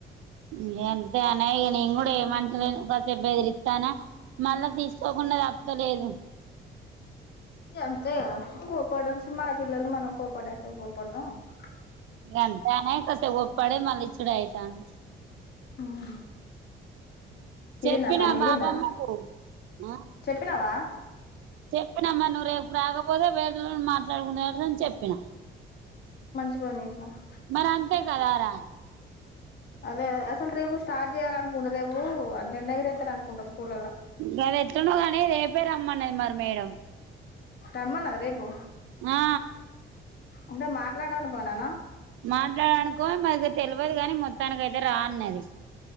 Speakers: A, on the right; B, on the left.
A: ఇగ్ ఎంతే అనయ్ నేను గుడా ఏమంటలేను. గాసేపు బెదిరిత్తనా మళ్ళా తీసుకోకుండా తప్పతలేదు
B: ఇగ్ అంతే గదా <unintelligible> పిల్లలు మనం కోపడషా <unintelligible>
A: ఇంగంతే అనే కాసేపు గోప్పడే మల్లిచ్ ఇక్కడయితన్
B: హు హు ఇనిందా
A: చెప్పినా
B: పంది ఇనిందా
A: బాపమ్మకు ఆ
B: చెప్పినవా
A: చెప్పినమ్మా నువ్వు రేపు రాకపోతే వేరొళ్ళని మాట్లాడు <unintelligible> చెప్పిన
B: మంచి పని చేసినవ్
A: మరి అంతే కదారా
B: అదే అదే అలు రేపు స్టార్ట్ చేయాలనుకుంట రేపు అ జెండా ఎగురేతారు అనుకుంటా స్కూల్ల్లో
A: సరే ఎట్లనో కాని రేపే రమ్మన్నది మరి మేడం
B: రమ్మనాదా రేపు
A: ఆ
B: అంటే మాట్లాడనుకోనానా
A: మాట్లాడనుకో మారి ఇగ తెల్వదు కానీ మొత్తానికైతె రా అన్నది